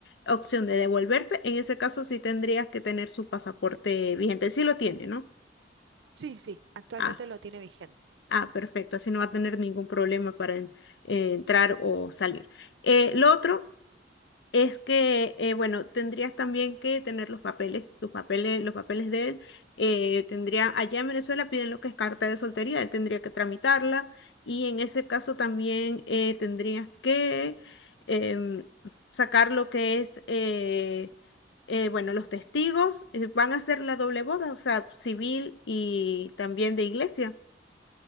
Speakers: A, on the left; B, on the right.
A: opción de devolverse, en ese caso sí tendrías que tener su pasaporte vigente. Sí lo tiene, ¿no?
B: Sí, sí, actualmente
A: Ah,
B: lo tiene vigente.
A: ah, perfecto. Así no va a tener ningún problema para en- eh, entrar o salir. Eh, lo otro es que, eh, bueno, tendrías también que tener los papeles, tus papeles, los papeles de él. eh, tendría, allá en Venezuela piden lo que es carta de soltería, él tendría que tramitarla y en ese caso también eh, tendrías que em, sacar lo que es, eh, eh, bueno, los testigos eh, van a hacer la doble boda, o sea, civil y también de iglesia.